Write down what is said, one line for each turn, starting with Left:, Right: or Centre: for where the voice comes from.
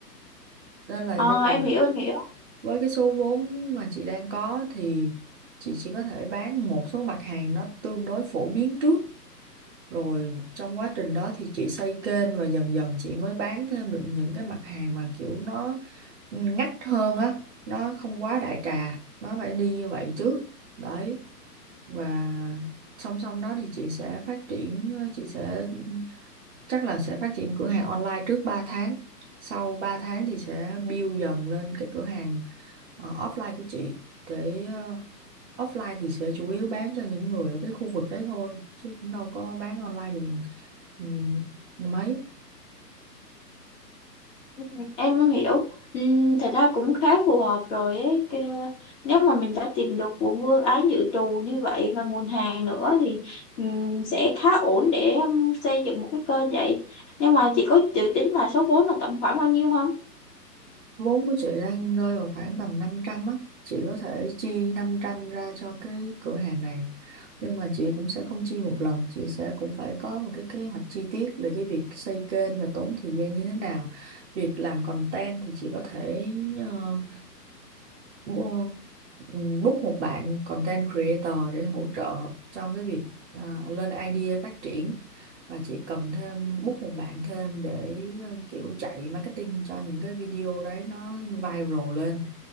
Right: nên là
Left: Ờ,
Right: bây giờ
Left: em hiểu em hiểu.
Right: với cái số vốn mà chị đang có thì chị chỉ có thể bán một số mặt hàng nó tương đối phổ biến trước rồi trong quá trình đó thì chị xây kênh và dần dần chị mới bán thêm được những cái mặt hàng mà kiểu nó ngách hơn á nó không quá đại trà nó phải đi như vậy trước đấy và song song đó thì chị sẽ phát triển ờ, chị sẽ chắc là sẽ phát triển cửa hàng online trước ba tháng sau 3 tháng thì sẽ build dần lên cái cửa hàng ờ, offline của chị để ờ, offline thì sẽ chủ yếu bán cho những người ở cái khu vực đấy thôi chứ cũng đâu có bán online được ừ, mấy
Left: Ừ, em hiểu ừ, thật ra cũng khá phù hợp rồi ấy Kê- nếu mà mình đã tìm được của vương ái dự trù như vậy và nguồn hàng nữa thì ừm, sẽ khá ổn để ừm, xây dựng một cái kênh vậy nhưng mà chị có dự tính là số vốn là tầm khoảng bao nhiêu không
Right: vốn của chị đang rơi vào khoảng tầm 500 á chị có thể chi 500 ra cho cái cửa hàng này nhưng mà chị cũng sẽ không chi một lần chị sẽ cũng phải có một cái kế hoạch chi tiết về cái việc xây kênh và tốn thời gian như thế nào việc làm content thì chị có thể ờ, bu- ừm, book một bạn content creator để hỗ trợ trong cái việc à, lên idea phát triển và chị cần thêm book một bạn thêm để à, kiểu chạy marketing cho những cái video đấy nó viral lên